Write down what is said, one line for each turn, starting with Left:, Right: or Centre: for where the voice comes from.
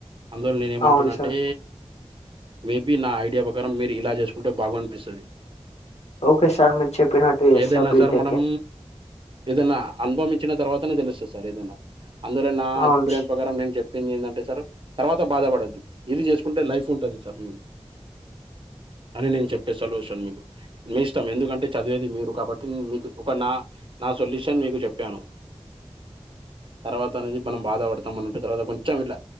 Right: అందువల్ల నేను ఏమంటానంటే
Left: అవును సార్
Right: మేబి నా ఐడియా ప్రకారం మీరు ఇలా చేసుకుంటే బాగా అనిపిస్తుంది.
Left: ఓకే సార్ మీరు చెప్పినట్టు చేస్తా
Right: ఏదైనా
Left: బీటెక్
Right: సార్ మనం ఏదనా అనుభవించిన తర్వాతనే తెలుస్తుంది. సార్ ఏదైనా అందులో నా
Left: అవును
Right: ఎక్స్పీరియన్స్ ప్రకారం నేను చెప్ా పెళ్లిలంటే చరు తర్వాత బాధపడద్దు, ఇది చేసుకుంటే లైఫ్ ఉంటుంది సార్. అదె నేను చెప్పే సొల్యూషన్ మీకు. మీ ఇష్టం ఎందుకంటే చదివేది మీరు కాబట్టి మీకు ఒక నా నా సొల్యూషన్ మీకు చెప్యాను తర్వాత అనేది మనం బాధపడతాం అని అంటే తర్వాత కొంచెం ఇట్లా